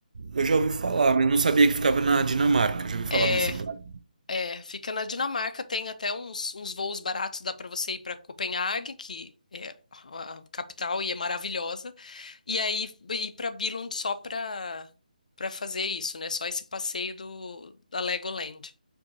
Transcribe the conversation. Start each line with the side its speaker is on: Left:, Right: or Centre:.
Right: eu já ouvi falar, mas não sabia que ficava na Dinamarca. Já ouvi falar
Left: É,
Right: desse parque.
Left: é, fica na Dinamarca, tem até uns, uns voos baratos, dá para você ir para Copenhague, que é a capital e é maravilhosa. E aí ir para Billund só para para fazer isso, né? Só esse passeio do da Legoland.